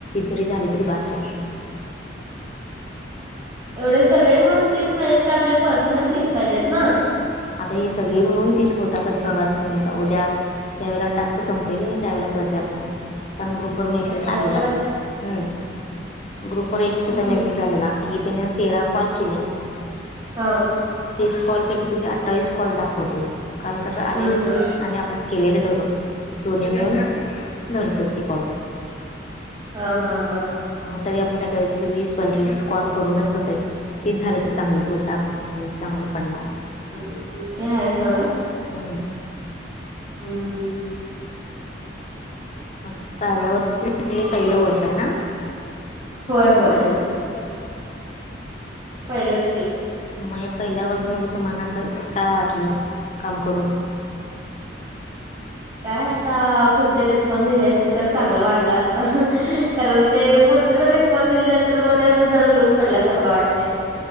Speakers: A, on the left; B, on the right.
A: तरी झाले तरी बास हाय.
B: एवढे सगळे मिळून तीस पाहिजेत का आपले पर्सनल तीस पाहिजेत ना?
A: आता हे सगळे मिळून तिस होतातच बघा तुम्ही आता उद्या ज्यावेळेला टास्क संपतोय की नाही त्यावेळेला कळतंय आपल्याला, कारण ग्रुप <unintelligible>
B: असं आहे
A: आलेलात
B: होय.
A: हं! ग्रुपवर एक तिचा
B: हम्म
A: मेसेज आलेला की तिने तेरा कॉल केल्या.
B: हां.
A: तीस कॉल पैकी तिेचे अठ्ठावीस कॉल दाखवतय, कारण कसं आलेलं
B: हम्म हम्म
A: करून आणि आपण केलेले धरून <unintelligible> दोन्ही मिळून धरतात ते कॉल.
B: <unintelligible> हां हां हां
A: त्यामुळे तरी आपण काय करायच <unintelligible> वीस पंचवीस कॉल करूनच बसायच, ते झालं तरी चांगलीच गोष्ट आप उलट चांगलं पडणार आहे.
B: हं हं ते आहे सोडा
A: हंअं
B: हम्म.
A: म <unintelligible> यावर हे <unintelligible> पहिलं वर्क आहे ना?
B: होय
A: ते
B: होय.
A: दुसरं
B: पहिलंच की.
A: माया पहिल्या वर्क मध्ये तुम्हाला असं काय वाटलं काम करून.
B: काय आता, पुढचे रिस्पॉन्स दिले असते तर चांगलं वाटलं असतं, हंह कारण ते पुढचे जरी पण दिले नाहीतर मग त्यातच जरा लूज पडल्यासारखं वाटतंय.